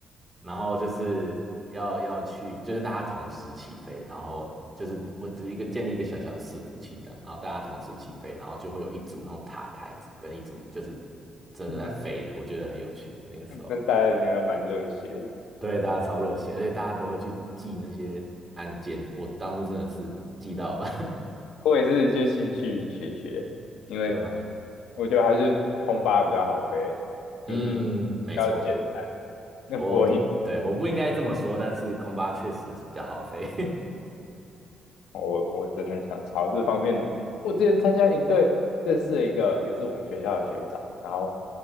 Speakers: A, on the right (about 35°); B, on the left (about 80°).
A: 然后就是要要去，就是大家同时起飞，然后就是我只一个建立一个小小的伺服器这样，然后大家同时起飞，然后就会有一组那种塔台组跟一组就是真的在飞的，
B: <laughs>
A: 我觉得很有趣，那个时候。
B: 那大家应该都蛮热血的，
A: 对，大家超热血，而且大家都会去记那些案件。我当初真的是记到，
B: 我也是就兴趣学学，因为
A: <laughs> 对啊，
B: 我觉得还是空巴比较好飞，
A: 嗯，
B: 就是
A: 没错，
B: 要捡那播音。
A: 我对我不应该这么说，但是空巴确实是比较好飞。
B: 我我真的想朝这方面努力。我之前参加营队，认识了一个也是我们学校的学长，然后